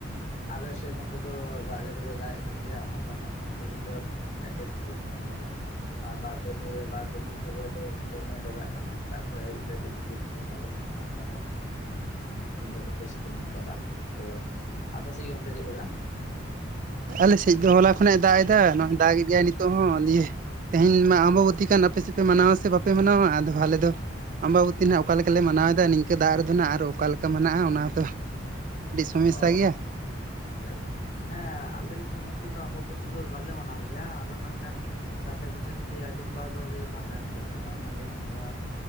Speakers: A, on the left; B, on the right.
A: ᱟᱞᱮ ᱥᱮᱫ ᱱᱚᱛᱮ ᱫᱚ ᱫᱟᱜ ᱡᱟᱹᱲᱤ ᱫᱚᱭ ᱫᱟᱜ ᱮᱜ ᱠᱟᱱ ᱜᱮᱭᱟ ᱟᱫᱚ ᱢᱮᱱᱠᱷᱟᱱ ᱛᱮᱦᱤᱧ ᱫᱚ ᱠᱟᱹᱴᱤᱡ ᱥᱤᱛᱩᱝ ᱧᱚᱜ ᱟᱠᱟᱫᱟ ᱟᱨ ᱵᱟᱨ ᱯᱮ ᱫᱷᱚᱨ ᱵᱟᱨ ᱯᱮ ᱫᱤᱱ ᱫᱷᱚᱨᱭᱟᱹ ᱫᱚ ᱫᱚᱢᱮᱭ ᱫᱟᱜ ᱫᱟᱜ ᱠᱟᱱᱟ ᱥᱮᱛᱟᱜ ᱠᱷᱚᱱ ᱟᱹᱭᱩᱵ ᱫᱷᱟᱹᱵᱤᱡ <unintelligible> ᱟᱹᱰᱤ ᱞᱟᱸᱜᱟᱜ ᱜᱮ ᱢᱮᱱᱟᱜ ᱟᱠᱟᱫᱟ ᱛᱤᱦᱤᱧ ᱫᱚ ᱠᱟᱹᱴᱤᱡ ᱥᱤᱛᱩᱝ ᱧᱚᱜ ᱟᱠᱟᱫᱟ ᱛᱚ ᱟᱯᱮᱥᱤ ᱜᱮ ᱚᱱᱛᱮ ᱪᱮᱫ ᱞᱮᱠᱟ
B: ᱟᱞᱮ ᱥᱮᱡ ᱫᱚ ᱦᱚᱞᱟ ᱠᱷᱚᱱᱟᱜᱮ ᱫᱟᱜ ᱮᱫᱟ ᱱᱚᱜᱼᱚᱭ ᱫᱟᱜᱮᱫ ᱜᱮᱭᱟᱭ ᱱᱤᱛᱚᱜ ᱦᱚᱸ ᱫᱤᱭᱮ ᱛᱮᱦᱮᱧ ᱢᱟ ᱟᱢᱵᱚᱵᱚᱛᱤ ᱠᱟᱱ ᱟᱯᱮ ᱥᱮᱫ ᱯᱮ ᱢᱟᱱᱟᱣᱟ ᱥᱮ ᱵᱟᱯᱮ ᱢᱟᱱᱟᱣᱟ ᱟᱫᱚ ᱟᱞᱮ ᱫᱚ ᱟᱢᱵᱟᱵᱚᱛᱤ ᱱᱟᱜ ᱚᱠᱟ ᱞᱮᱠᱟᱞᱮ ᱢᱟᱱᱟᱣᱮᱫᱟ ᱱᱤᱝᱠᱟᱹ ᱫᱟᱜ ᱨᱮᱫᱚ ᱱᱟᱜ ᱟᱨ ᱚᱠᱟ ᱞᱮᱠᱟ ᱢᱮᱱᱟᱜᱼᱟ ᱚᱱᱟᱛᱚ ᱟᱹᱰᱤ ᱥᱚᱢᱮᱥᱥᱟ
A: ᱚ
B: ᱜᱮᱭᱟ
A: ᱟᱪᱪᱷᱟ ᱟᱪᱪᱷᱟ ᱦᱮᱸ ᱟᱞᱮ ᱫᱚ ᱱᱚᱛᱮ ᱫᱚ ᱟᱢᱵᱟᱵᱚᱛᱤ ᱫᱚ ᱵᱟᱞᱮ ᱢᱟᱱᱟᱣ ᱜᱮᱭᱟ ᱟᱫᱚ ᱢᱮᱱᱠᱷᱟᱱ ᱜᱟᱛᱮ ᱠᱚᱴᱷᱮᱱ ᱜᱮ ᱟᱸᱡᱚᱢ ᱵᱟᱲᱟ ᱫᱚ ᱦᱩᱭ ᱟᱠᱟᱱ ᱛᱟᱦᱮᱱ ᱜᱮᱭᱟ ᱵᱟᱝᱢᱟ ᱡᱮ ᱱᱚᱝᱠᱟ